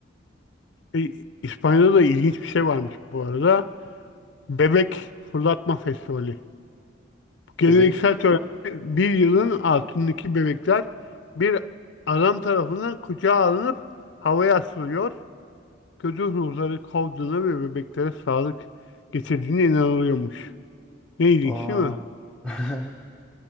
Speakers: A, on the left; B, in the centre.
A: E, İspanya'da da ilginç bir şey varmış bu arada. Bebek fırlatma festivali. Bu Geleneksel
B: Bebek
A: törende bir yılın altındaki bebekler bir adam tarafından kucağa alınıp havaya asılıyor. Kötü ruhları kovduğuna ve bebeklere sağlık getirdiğine inanılıyormuş. Ne ilginç
B: aa
A: değil mi?
B: <laughs>